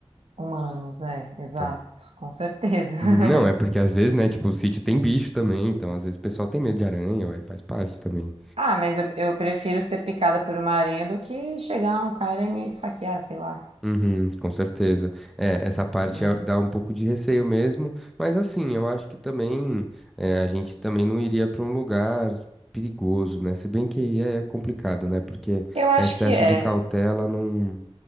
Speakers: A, on the right; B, in the centre.
A: Humanos, é, exato,
B: Tá.
A: com certeza. <laughs>
B: Uhum, Não, é porque às vezes, né, tipo, o sítio tem bicho também, então às vezes o pessoal tem medo de aranha, ué, faz parte também.
A: Ah, mas eu, eu prefiro ser picada por uma aranha do que chegar um cara e me esfaquear, sei lá.
B: Uhum, com certeza. É, essa parte
A: né?
B: é- dá um pouco de receio mesmo, mas assim, eu acho que também é, a gente também não iria pra um lugar perigoso, né? Se bem que aí é complicado, né? Porque
A: Eu acho
B: excesso
A: que é.
B: de cautela não.